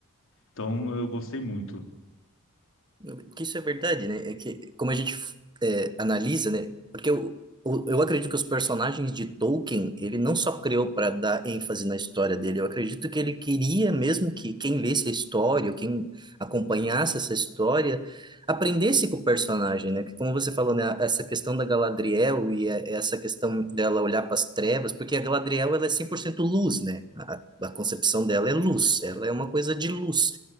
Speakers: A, on the left; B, on the right.
A: Então, eu gostei muito.
B: <laughs> Porque isso é verdade, né? É que como a gente é, analisa, né? Porque eu, eu eu acredito que os personagens de Tolkien, ele não só criou para dar ênfase na história dele, eu acredito que ele queria mesmo que quem lesse a história, ou quem acompanhasse essa história, aprendesse com o personagem, né? Que como você falou, né? Essa questão da Galadriel e a- essa questão dela olhar para as trevas, porque a Galadriel, ela é 100% luz, né? A, a a concepção dela é luz, ela é uma coisa de luz.